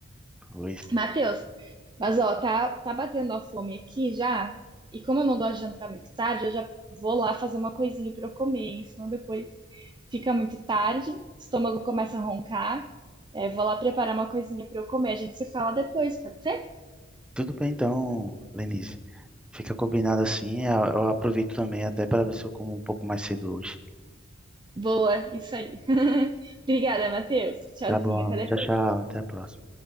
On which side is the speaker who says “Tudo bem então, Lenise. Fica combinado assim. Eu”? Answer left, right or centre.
Centre